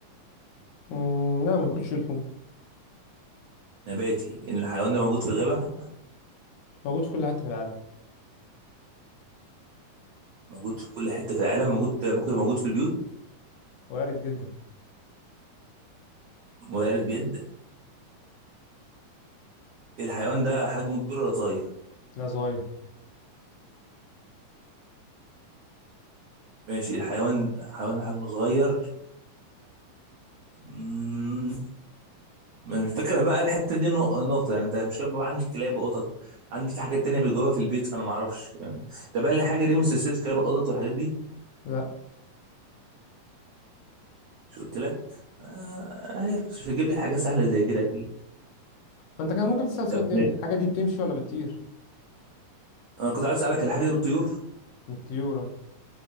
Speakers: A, on the left; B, on the right.
A: مم، لا ما باكلش لحوم
B: نباتي الحيوان ده موجود في الغابه
A: موجود في كل حتة في العالم
B: موجود في كل حته في العالم موجود ممكن يبقى موجود في البيوت
A: وارد جدا
B: وارد جدا الحيوان ده حجمه كبير ولا صغير
A: لا صغير
B: ماشي الحيوان الحيوان ده حجمه صغير مم، الفكرة بقى الحتة دي نق- نقطة يعني انت مش بقى عندي كلاب وقطط عندي في حاجات تانية بيجوها في البيت فانا ما اعرفش طب قال لي حاجة دي من سلسلة كلاب القطط والحاجات دي
A: لا
B: مش قلت لك آه عارف مش هتجيب لي حاجة سهلة زي كده اكيد
A: ما انت كان ممكن تسأل سؤال
B: طب
A: تاني
B: ماشي.
A: الحاجة دي بتمشي ولا بتطير
B: انا كنت عايز اسألك الحاجة دي بتطير
A: من الطيورة